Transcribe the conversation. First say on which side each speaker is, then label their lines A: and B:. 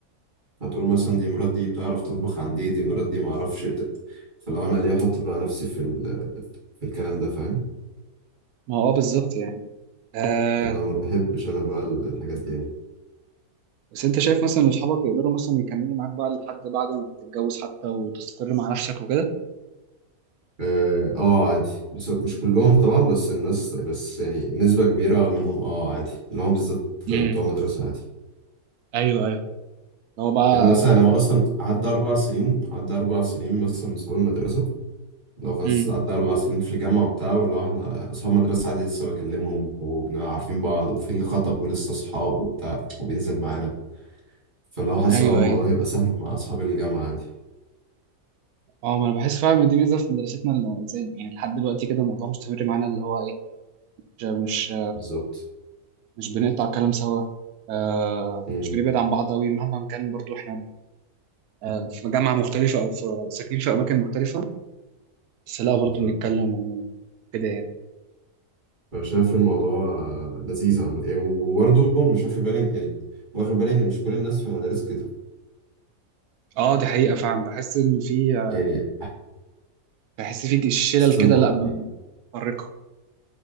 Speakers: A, on the right; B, on the right.
A: فتقول مثلا دي مرات دي بتعرف تطبخ عن دي دي مرات دي معرفش بت... فلو أنا ليه أحط بقى نفسي في ال... في الكلام ده فاهم
B: ما هو اه بالظبط يعني آه
A: فأنا ما بحبش أنا بقى ال- الحاجات دي يعني
B: بس انت شايف مثلا ان اصحابك يقدروا مثلا يكملوا معاك بقى لحد بعد ما تتجوز حتى وتستقر مع نفسك وكده
A: آه آه، عادي بس مش كلهم طبعا بس الناس بس يعني نسبة كبيرة منهم آه عادي اللي هم بالذات
B: امم
A: بتوع مدرسة عادي
B: ايوه ايوه هو بقى
A: لأن مثلا هو أصلا عدى أربع سنين عدى أربع سنين مثلا من صحاب المدرسة لو خلاص
B: امم
A: قعدنا أربع سنين في الجامعة وبتاع واللي هو إحنا أصحاب مدرسة عادي لسه بكلمهم وبنبقى عارفين بعض وفي اللي خطب ولسه أصحاب وبتاع وبينزل معانا فاللي هو حاسس
B: ايوه
A: أه الموضوع
B: ايوه
A: هيبقى سهل مع أصحاب الجامعة عادي
B: اه ما انا بحس فعلا ان دي ميزه في مدرستنا اللي زي يعني لحد دلوقتي كده الموضوع مستمر معانا اللي هو ايه مش مش
A: بالظبط
B: مش بنقطع كلام سوا آه
A: مم.
B: مش بنبعد عن بعض قوي مهما كان برضو احنا آه في جامعه مختلفه او في ساكنين في اماكن مختلفه بس لا برضو
A: بالظبط
B: بنتكلم وبن- كده يعني
A: فشايف الموضوع آه، لذيذ عمل إيه وبرضه مش واخد بالي يعني واخد بالي إن مش كل الناس في مدارس كده
B: اه دي حقيقه فعلا بحس ان في آه،
A: يعني
B: بحس في شلل
A: سمة
B: كده لا م- متفرقه